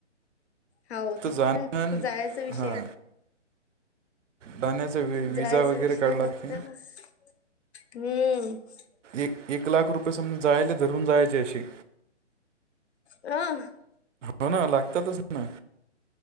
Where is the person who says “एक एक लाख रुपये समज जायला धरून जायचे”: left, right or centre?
Right